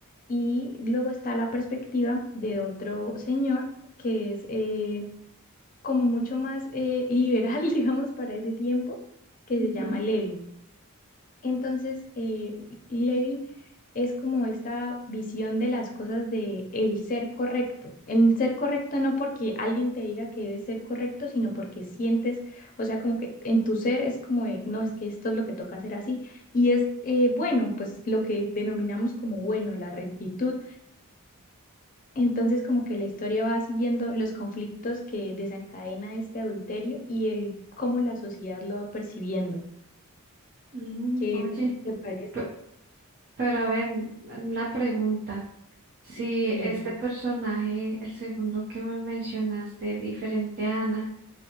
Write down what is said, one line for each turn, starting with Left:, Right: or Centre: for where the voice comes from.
Left: Y luego está la perspectiva de otro señor que es... eh, como mucho más eh, liberal, <laughs> digamos, para ese tiempo, que
Right: ujú,
Left: se llama Levin. Entonces, eh, Levin es como esta visión de las cosas de el ser correcto. El ser correcto no porque alguien te diga que debe ser correcto, sino porque sientes, o sea, como que en tu ser es como de, no, es que esto es lo que toca hacer así. Y es eh, bueno, pues lo que denominamos como bueno, la rectitud entonces, como que la historia va siguiendo los conflictos que desencadena este adulterio y el cómo la sociedad lo va percibiendo.
Right: ujú.
Left: ¿Qué
Right: Oye,
Left: te parece?
Right: pe- pero ven, una pregunta. Si
Left: Dime.
Right: este personaje, el segundo que me mencionaste, diferente a Ana,